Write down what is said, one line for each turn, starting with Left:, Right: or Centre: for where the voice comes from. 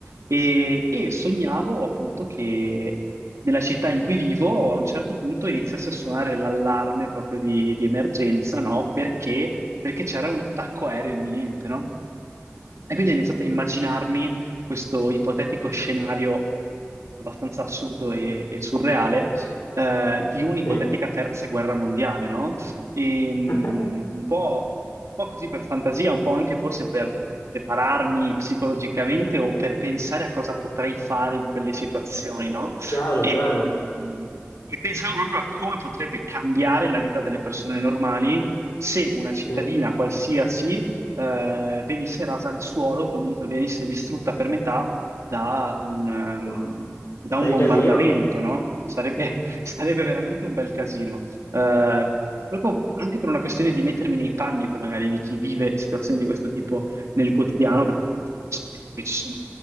Right: e, e sognavo appunto che nella città in cui vivo a un certo punto iniziasse a suonare l'allarme proprio di, di emergenza, no? Perché, perché c'era un attacco aereo imminente, no? E quindi ho iniziato a immaginarmi questo ipotetico scenario abbastanza assurdo e, e surreale eh, di un'ipotetica
Left: sì.
Right: terza guerra mondiale, no? E, mm,
Left: <laughs>
Right: un po', un po' così per fantasia, un po' anche forse per prepararmi psicologicamente o per pensare a cosa potrei fare in quelle situazioni, no?
Left: Chiaro,
Right: E,
Left: chiaro,
Right: mm, e pensavo proprio a come potrebbe cambiare la vita delle persone normali se una cittadina
Left: sì.
Right: qualsiasi eh, venisse rasa al suolo, comunque venisse distrutta per metà da un, ehm,
Left: Oh,
Right: da un
Left: Bel
Right: bombardamento,
Left: casino,
Right: no? Sarebbe, <laughs> sarebbe veramente un bel casino. Eh, proprio anche per una questione di mettermi nei panni, poi magari di chi vive situazioni di questo tipo nel quotidiano, perché purtroppo sappiamo che ci sono